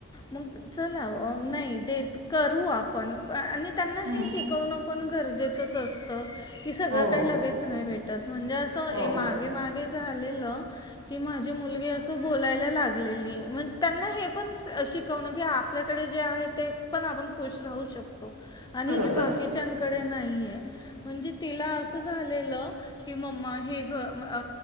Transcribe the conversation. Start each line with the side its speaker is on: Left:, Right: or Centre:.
Left: मग चला नाही देत करू आपण. आणि त्यांना
Right: हम्म
Left: हे शिकवणं पण गरजेचंच असतं की सगळं
Right: हो
Left: काही लगेच नाही भेट म्हणजे असं ए
Right: हो.
Left: मागे मागे झालेलं की माझी मुलगी असं बोलायला लागलेली म्ह त्यांना हे पण शिकवणं की आपल्याकडे जे आहे ते पण आपण खुश राहू शकतो. आणि
Right: बरोबर
Left: जे बाकीच्यां कडे न्हाईया म्हणजे तिला असं झालेलं मम्मा की हे घ अ